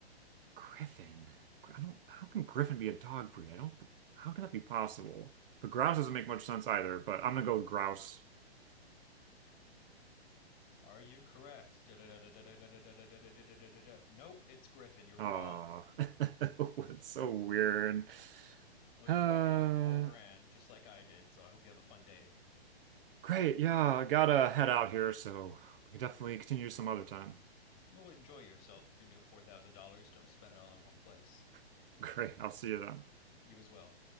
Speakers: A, on the right; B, on the left.
A: Griffin. Gr- I don't. How can Griffin be a dog breed? I don't. How can that be possible? But grouse doesn't make much sense either. But I'm gonna go with grouse.
B: Are you correct? Da-da-da-da-da-da-da-da-da-da-da-da-da-da-da. Nope, it's Griffin. You're
A: Ah,
B: wrong.
A: <laughs> it's so weird.
B: Well,
A: Uh,
B: you're walking out with four grand, just like I did, so I hope you have a fun day.
A: great. Yeah, I gotta head out here, so we can definitely continue some other time.
B: Well, enjoy yourself with your new $4,000. Don't spend it all in one place.
A: <laughs> Great. I'll see you then.
B: You as well.